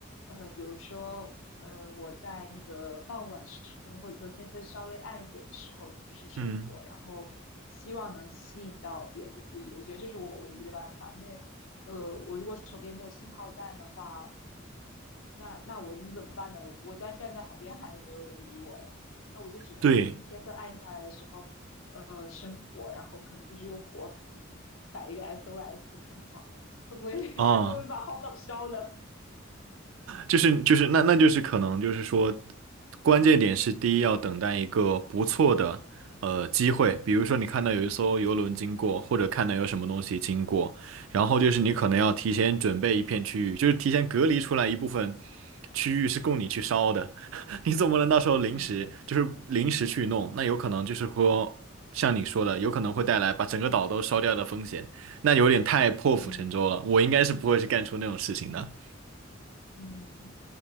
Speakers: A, on the left (about 85°); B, on the right (about 80°).
A: 呃，比如说呃，我在那个傍晚时分，或者说天色稍微暗一点的时候，就是生活，
B: 嗯，
A: 然后希望能吸引到别人的注意，我觉得这是我唯一的办法，因为呃，我如果手边没有信号弹的话，那那我能怎么办呢？我我在站在海边喊，也没有人理我呀，那我就只能趁天色暗下来的时候。
B: 对
A: 呃生活，然后可能就是用火笔摆一个 SOS，可能吗？会不会 <laughs>
B: 啊，
A: 会不会把荒岛烧了？
B: 就是就是那那就是可能就是说，关键点是第一要等待一个不错的呃机会，比如说你看到有一艘游轮经过，或者看到有什么东西经过，然后就是你可能要提前准备一片区域，就是提前隔离出来一部分区域是供你去烧的，
A: 嗯
B: <laughs> 你总不能到时候临时就是临时去弄，
A: 嗯
B: 那有可能就是说像你说的，有可能会带来把整个岛都烧掉的风险，那有点太破釜沉舟了，
A: 嗯
B: 我应该是不会去干出那种事情的，
A: 嗯，